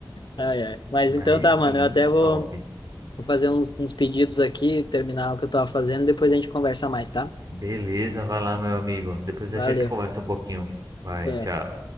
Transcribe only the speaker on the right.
aí
sim,
top.
Beleza, vai lá, meu amigo. Depois
a gente conversa um pouquinho. Vai,
tchau.